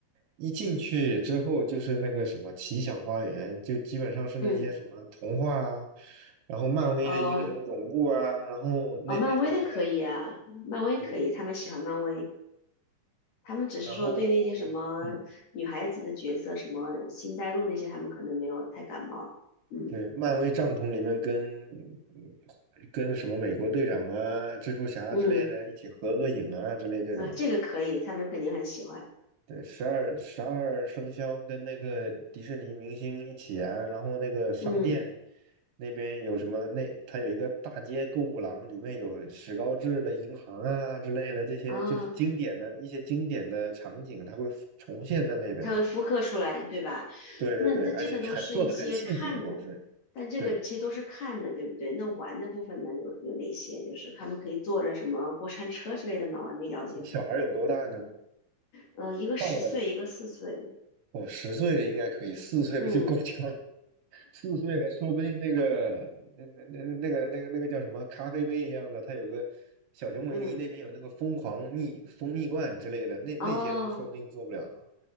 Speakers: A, on the right; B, on the left.
A: 一进去之后，就是那个什么奇想花园，就基本上是那些什么童话啊，
B: 嗯，嗯
A: 然后漫威的英雄总部啊，
B: 哦
A: 然后那那种什么，
B: 哦，漫威的可以啊，漫威可以，
A: 对，
B: 他们喜欢漫威。他们只是说对那些什么女孩子的角色，
A: 然后嗯，
B: 什么星黛露那些，他们可能没有太感冒。嗯
A: 对，漫威帐篷里面跟跟什么美国队长啊、蜘蛛侠之类的一起合个影啊之类这种。
B: 嗯，那这个可以，他们肯定很喜欢。
A: 对，十二十二生肖跟那个迪士尼明星一起啊，然后那个商店
B: 嗯
A: 那边有什么？那它有一个大街购物廊，里面有史高治的银行啊之类的，这些就是经典的一些经典的场景，
B: 啊，
A: 它会重现在那边。
B: 他会复刻出来，对吧？
A: 对对对，
B: 那那这个都是一些看的，
A: 而且很做的很细节，都是。
B: 但这个其实都是看的，
A: 对，
B: 对不对？那玩的部分呢，有有哪些？就是他们可以坐着什么过山车之类的吗？我还没了解过。
A: 你小孩有多大呢？
B: 嗯，一个十岁，
A: 到了
B: 一个四岁。
A: 我十岁的应该可以，四岁的就够呛。
B: 嗯
A: 四岁的，说不定那个那那那那个那个那个叫什么咖啡杯一样的，它有个小熊维尼那边有那个疯狂蜜蜂蜜罐之类的，
B: 嗯，
A: 那那些都说不定做不了啊
B: 哦，